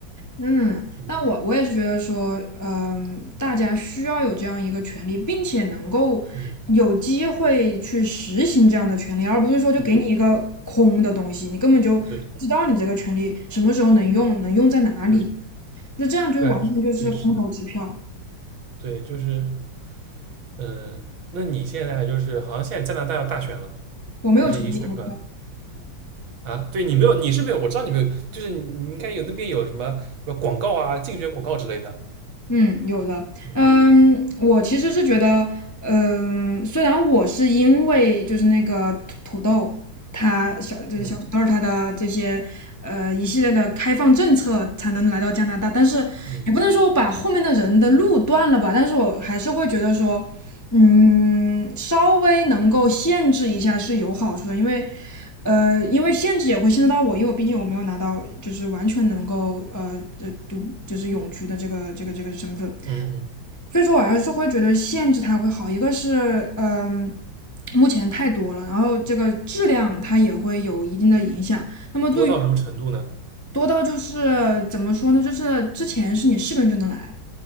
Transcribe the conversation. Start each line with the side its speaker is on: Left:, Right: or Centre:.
Left: 嗯，
Right: 嗯
Left: 那我我也是觉得说，嗯，大家需要有这样一个权利，并且能够
Right: 嗯
Left: 有机会去实行这样的权利，而不是说就给你一个空的东西，
Right: 嗯，
Left: 你根本就不知道你这个权利什么时候能用，
Right: 对。
Left: 能用在哪里。
Right: 对
Left: 那这样就是完全就是空头支票，
Right: 对啊对，是的，对，就是嗯、呃那你现在就是好像现在加拿大要大选了，
Left: 我没有成立投票。
Right: 还是已经选出来了啊？对你没有，你是没有，我知道你没有，就是你你应该有那边有什么什么广告啊，竞选广告之类的。
Left: 嗯，有的。
Right: 嗯
Left: 嗯，我其实是觉得，嗯，虽然我是因为就是那个土土豆，它小就是小土豆它的这些呃一系列的开放政策才能来到加拿大，
Right: 嗯
Left: 但是也不能说我把后面的人的路断了吧，
Right: 嗯
Left: 但是我还是会觉得说。嗯，稍微能够限制一下是有好处的，因为呃，因为限制也会限制到我，因为我毕竟我没有拿到就是完全能够呃这就是永居的这个这个这个身份，
Right: 嗯嗯，
Left: 所以说我还是会觉得限制它会好。一个是嗯、呃目前太多了，然后这个质量它也会有一定的影响。那么对于
Right: 多到什么程度呢？
Left: 多到就是怎么说呢，就是之前是你是个人就能来，